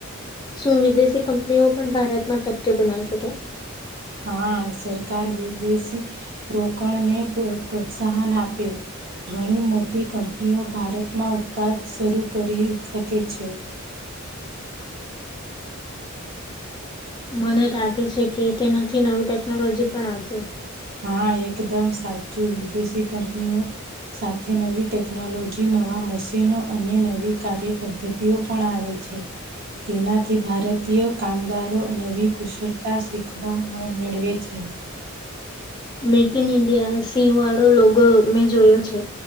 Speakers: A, on the left (about 20°); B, on the right (about 45°).
A: શું વિદેશી કંપનીઓ પણ ભારતમાં ફેક્ટરી બનાવી શકે?
B: હા સરકાર વિદેશી રોકાણને પ્રો પ્રોત્સાહન આપે ઘણી મોટી કંપનીઓ ભારતમાં ઉત્પાદ શરૂ કરી શકે છે.
A: મને લાગે છે કે તેનાથી નવી ટેકનોલોજી પણ આવશે.
B: હા એકદમ સાચું વિદેશી કંપનીઓ સાથે નવી ટેકનોલોજી નવા મશીનો અને નવી કાર્ય પદ્ધતિઓ પણ આવે છે. તેનાથી ભારતીય કામદારો નવી કુશળતા શીખવા મેળવે છે.
A: મેક ઇન ઇન્ડિયા સિંહ વાળો લોગો મેં જોયો છે